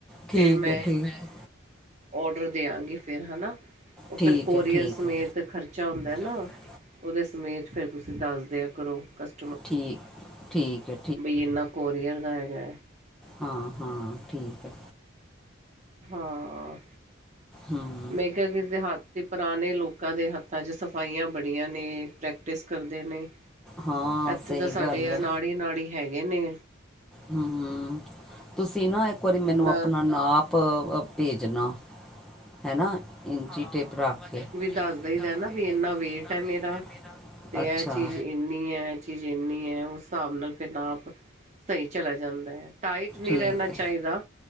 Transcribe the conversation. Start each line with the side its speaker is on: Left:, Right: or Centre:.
Centre: ਠੀਕ
Right: ਫਰ ਮੈਂ
Centre: ਹੈ ਠੀਕ ਹੈ
Right: ਓਡਰ ਦੇਆਂਗੀ ਫੇਰ ਹਨਾ। ਓ
Centre: ਠੀਕ
Right: ਫੇਰ ਕੋਰੀਅਰ
Centre: ਹੈ ਠੀਕ
Right: ਸਮੇਤ
Centre: ਹੈ
Right: ਤੇ ਖਰਚਾ ਹੁੰਦੈ ਨਾ,
Centre: ਹੁੰਦਾ
Right: ਓਦੇ ਸਮੇਤ ਫੇਰ ਤੁਸੀ ਦਾੱਸ ਦੇਆ ਕਰੋ ਕਸ
Centre: ਠੀ, ਠੀਕ ਐ।
Right: ਬਈ ਏਨਾ ਕੋਰੀਅਰ ਦਾ ਹੈਗਾ।
Centre: ਹਾਂ, ਹਾਂ ਠੀਕ ਐ।
Right: ਹਾਂ।
Centre: ਹਾਂ।
Right: ਮੈਂ ਕੇਆ ਕਿਸੀ ਦੇ ਹਾੱਥ ਤੇ ਪਰਾਣੇ ਲੋਕਾਂ ਦੇ ਹੱਥਾਂ ਚ ਸਫ ਸਫਾਈਆਂ ਬੜੀਆਂ ਨੇ ਪ੍ਰੈਕਟਿਸ ਕਰਦੇ ਨੇ,
Centre: ਹਾਂ
Right: ਐਥੇ
Centre: ਸਹੀ
Right: ਤਾ ਸਾਡੇ
Centre: ਗੱਲ ਹੈ
Right: ਅਨਾੜੀ, ਨਾੜੀ ਹੈਗੇ ਨੇ।
Centre: ਹੂੰ, ਤੁਸੀ ਨਾ ਏਕ ਵਾਰੀ ਮੈਨੂੰ
Right: ਨਾ
Centre: ਅਪਨਾ ਨਾਪ ਪ ਅ ਪੇਜਨਾ ਹੈਨਾ, ਇਨਚੀਟੇਪ ਰਾੱਖ ਕੇ। ਦੱਸ
Right: ਦਾੱਸ ਦਈ
Centre: ਦਈਦਾ
Right: ਦੈ ਨਾ ਬਈ ਏਨਾ ਵੇਟ
Centre: ਵੀ ਇੰਨਾ
Right: ਐ ਮੇਰਾ,
Centre: ਹੈ ਮੇਰਾ
Right: ਤੇ
Centre: ਅੱਛਾ
Right: ਐ ਚੀਜ਼ ਏ ਏਨੀ ਐ, ਐ ਚੀਜ਼ ਏਨੀ ਐ ਉਸ ਸਾਬ ਨਾਲ ਫੇਰ ਨਾਪ ਸਈ ਚਲਾ ਜਾਂਦਾ ਐ। ਟਾਈਟ ਨੀ
Centre: ਠੀਕ
Right: ਰੈਨਾ ਚਾਈਦਾ